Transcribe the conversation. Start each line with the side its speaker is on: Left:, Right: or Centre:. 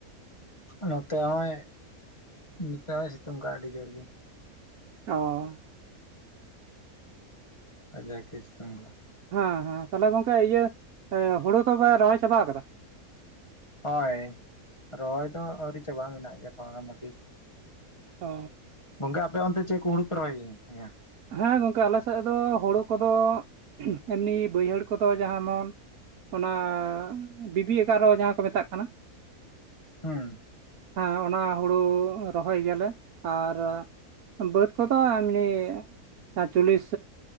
Left: ᱱᱚᱛᱮ ᱦᱚᱸᱭ ᱱᱚᱛᱮ ᱦᱚᱸᱭ, ᱥᱮᱛᱳᱝ ᱠᱟᱜᱼᱟ, ᱟᱹᱰᱤ ᱡᱳᱨ ᱜᱮ ᱾
Right: ᱚᱸ᱾
Left: ᱠᱟᱡᱟᱠ ᱮ ᱥᱮᱛᱳᱝ ᱠᱟᱜ ᱼᱟ ᱾
Right: ᱦᱮᱸ ᱦᱮᱸ ᱛᱟᱦᱚᱞᱮ ᱜᱚᱝᱠᱮ ᱤᱭᱟᱹ, ᱦᱳᱲᱳ ᱫᱚᱯᱮ ᱨᱚᱦᱚᱭ ᱪᱟᱵᱟ ᱠᱟᱫᱟ?
Left: ᱦᱚᱭ ᱨᱚᱦᱚᱭ ᱫᱚ ᱟᱹᱣᱨᱤ ᱪᱟᱵᱟᱼᱟ, ᱢᱮᱱᱟᱜ ᱜᱮᱭᱟ ᱛᱷᱚᱲᱟᱜᱟᱱ ᱠᱟᱹᱴᱤᱡ ᱾
Right: ᱚᱻ᱾
Left: ᱜᱚᱝᱠᱮ ᱟᱯᱮ ᱚᱱᱛᱮ ᱪᱮᱫ ᱠᱚ, ᱦᱳᱲᱳ ᱯᱮ ᱨᱚᱦᱚᱭ ᱜᱮᱭᱟ?
Right: ᱦᱮᱸ ᱜᱚᱢᱠᱮ ᱟᱞᱮ ᱥᱮᱫ ᱫᱚ, ᱦᱳᱲᱳ ᱠᱚᱫᱚ ᱮᱢᱱᱤ ᱵᱟᱹᱭᱦᱟᱹᱲ ᱠᱚᱫᱚ, ᱡᱟᱦᱟᱢᱚᱱ ᱚᱱᱟ, ᱵᱤᱵᱤ ᱮᱜᱟᱨᱚ ᱡᱟᱦᱟᱸ ᱠᱚ ᱢᱮᱛᱟᱜ ᱠᱟᱱᱟ ᱾
Left: ᱦᱩᱸ
Right: ᱦᱮᱸ ᱚᱱᱟ ᱦᱳᱲᱳ ᱨᱚᱦᱚᱭ ᱜᱮᱭᱟᱞᱮ ᱟᱨ ᱵᱟᱹᱛ ᱠᱚᱫᱚ ᱮᱢᱱᱤ ᱪᱚᱞᱞᱤᱥ